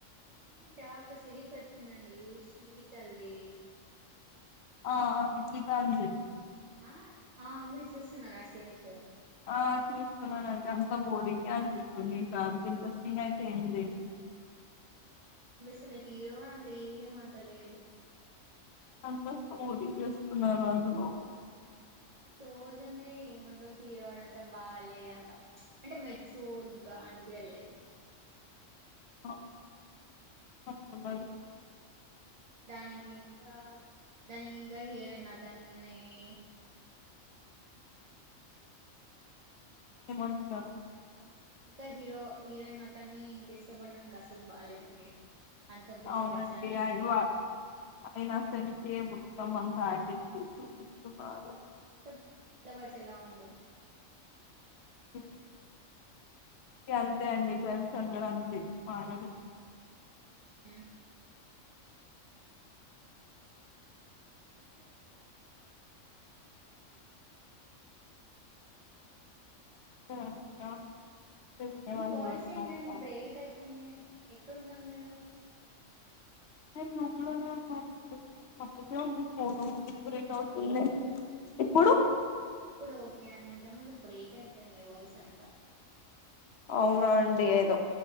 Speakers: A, on the right; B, on the left.
A: రీసెంట్ అ ఒక సిరీస్ వచ్చిందండీ శీ తల్లీ
B: ఆ ఆ గీతాంజలి
A: ఆ ఆ మీర్ చూస్తున్నార ఆ సిరీసు
B: ఆ చూస్తున్నానండి అంత బోరింగే అన్పిస్తుంది తార్ సీల్ <unintelligible> ఇంట్రెస్టింగ్ గా అయితే ఏం లేదు
A: అసలే హీరో అంత ఏమంత లేడు
B: సంతోష్ పూరి చేస్తున్నారు అందులో
A: మై సోదుందీ ఏమంట్రు హీరో వాడంతా బాలే అంత చ్ అంటె మెచ్యూ డ్ గా అం పే లేవ్ <unintelligible>
B: అవ్ అట్లుండాలీ <unintelligible>
A: దానిమ్ కింకా దానికింకా హీరోయిన్ అతన్నీ ఈ
B: హిమంత్ చాట <unintelligible>
A: ఇంకా హీరో హీరోయిన్ అతన్నీ ఇంక ఇష్టపడ్డం ఇంక అసల్ బాలేదండి అంత పిల్లబచ్చ
B: అవునండీ
A: అని
B: యజు వా <unintelligible> అయిన అసలు ఏ మొత్తం అంతా యాటిటుడ్ చూపిస్తున్నాడు
A: అంత పిల్లబచ్చలా ఉండు
B: హ్మ్ ఇగంతే అండి గల్ సమ్ గద అంతే మారడు
A: హ్మ్ మంచిగె ఉంటే ఏంకాదండి అంత చిన్న పిల్లల్లా చేస్ కున్నా అండి
B: <inaudible> <unintelligible> వినే
A: మీ
B: వాళ్ళు
A: వాయిస్
B: ఎవరు ఉన్నారు
A: ఏంటండి
B: కాదంతా
A: బ్రేక్ అయితుంది ఎక్కడున్నారు మీరు
B: నేన్ దొడ్లోనే ఉన్నానండి అక్కడికే వినిపిస్తాదండీ ఇప్పుడు
A: ఇప్పుడు ఓకే అండి ఇంత ముందు బ్రేక్ అయ్పోయింది మీ వాయిస్ అంత
B: అవ్నా అండి ఏదొ